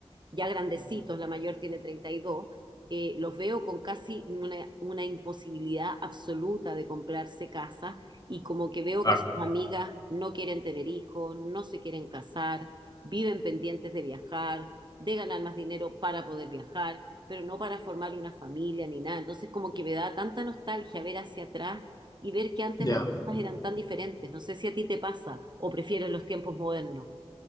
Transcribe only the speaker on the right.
ya grandecitos,
la mayor tiene 32, eh, los veo con casi una, una imposibilidad absoluta de comprarse casa y como que veo
que sus amigas no quieren tener hijos, no se quieren casar, viven pendientes de viajar, de ganar más dinero para poder viajar, pero no para formar una familia ni nada. Entonces como que me da tanta nostalgia ver hacia atrás y ver que antes
las cosas eran tan diferentes. No sé si a ti te pasa o prefieres los tiempos modernos.